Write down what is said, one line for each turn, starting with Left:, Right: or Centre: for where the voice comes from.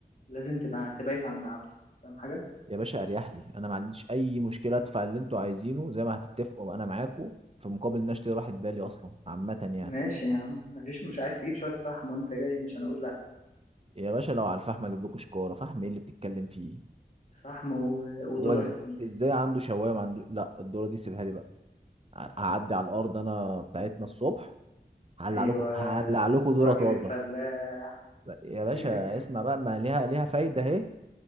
Left: لازم تبقى تبقيت عند عبده فاهم حاجه
Right: يا باشا اريح لي انا ما عنديش اي مشكله ادفع اللي انتوا عايزينه زي ما هتتفقوا انا معاكم في مقابل ان أنا اشتري راحه بالي اصلا عامه يعني
Left: ماشي يا عم مفيش مش عايز تجيب شويه فحم وانت جاي مش هنقول لا
Right: يا باشا لو على الفحم اجيب لكم شكاره فحم ايه اللي بتتكلم فيه
Left: فحم و- وذره
Right: هو إز-
Left: يا زميلي
Right: ازاي عنده شوايه ما عنده لا الدوره دي سيبها لي بقى ه- هعدي على الارض انا بتاعتنا الصبح هقلع
Left: ايوه
Right: لكم هقلع لكم
Left: الراجل
Right: دوره طازه
Left: الفلاح
Right: يا باشا
Left: <laughs>
Right: اسمع بقى ما ليها ليها فايده اهي